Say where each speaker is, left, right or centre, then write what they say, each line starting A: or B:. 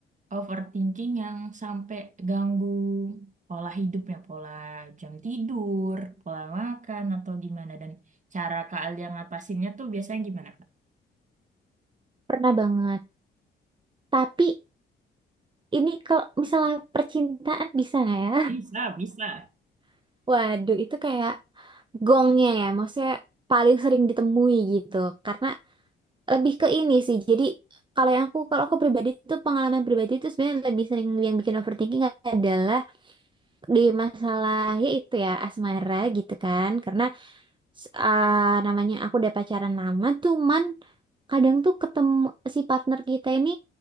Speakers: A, on the right; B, on the right.
A: overthinking yang sampai ganggu pola hidupnya, pola jam tidur, pola makan atau gimana? Dan cara Kak Alia ngatasinnya tuh biasanya gimana?
B: Pernah banget. Tapi ini kalau misalnya percintaan bisa nggak ya?
A: Bisa, bisa.
B: <laughs> Waduh, itu kayak gongnya ya, maksudnya paling sering ditemui gitu. Karena lebih ke ini sih. Jadi kalau yang aku, kalau aku pribadi itu pengalaman pribadi itu sebenarnya lebih sering yang bikin overthinking adalah di masalah ya itu ya asmara gitu kan. Karena s- ah, namanya aku udah pacaran lama, cuman kadang tuh ketemu si partner kita ini